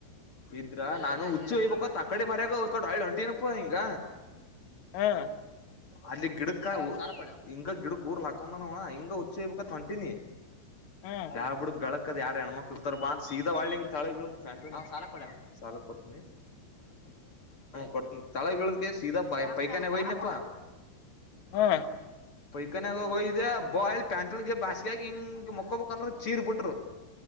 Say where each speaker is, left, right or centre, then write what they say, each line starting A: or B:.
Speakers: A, on the left; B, on the left.
A: ಇದ್ರ ನಾನು ಹುಚ್ಚಿ ಹಯ್ಬೇಕತ್ ಆಕಡೆ ಮರ್ಯಾಗ ಹೊಲ್ಕೊಂಡ ಆಯ ಹೊಂಟನಪ್ಪಾ ಹಿಂಗ
B: ಹ್ಮ್
A: ಅಲ್ಲಿ ಗಿಡಕ ಹಿಂಗ ಗಿಡಕ್ ಊರ್ ಹಾಕೊಂಡನವಾ ಹಿಂಗ <unintelligible> ಕಂಟನ್ಯ
B: ಹ್ಮ್
A: ಯಾವ ಬಿುಡು ಬೆಳಗ್ ಯಾರ ಹೆಣ್ಮಕ್ ಇರ್ತಾರ ಬಾ ಸೀದಾಳ ತಳಂಾಲ ಕೊಡ್ ಕೊಡ್ ತಳಗಳದಕ ಸೀದಾ ಪೈಕಾನೆಾಗ ಹಯನಪ್ಪ
B: ಹ್ಮ್
A: ಪೈಕನೆಯ್ದ ಬಯಲ್ ಬಸ್ಗಗ ಹಿಂಗ್ ಮಕ್ಕಬೇಕಂದ ಚೀರ್ ಬಿಟ್ರು